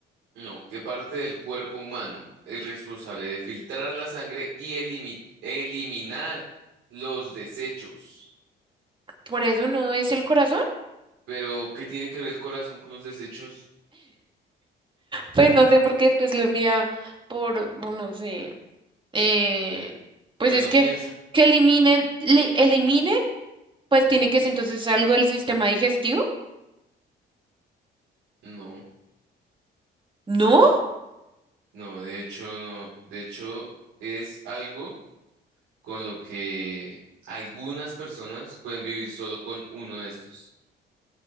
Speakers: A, on the right; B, on the right.
A: No, ¿qué parte del cuerpo humano es responsable de filtrar la sangre y elimi- eliminar los desechos?
B: por eso no es el corazón.
A: Pero, ¿qué tiene que ver el corazón con los desechos?
B: Pues no sé por qué después lo envía por, no sé, eh, pues
A: Bueno,
B: es que
A: piensa.
B: que eliminen, li- eliminen, pues tiene que ser entonces algo del sistema digestivo.
A: No,
B: No,
A: no, no. No, de hecho, no. De hecho, es algo con lo que algunas personas pueden vivir solo con uno de estos.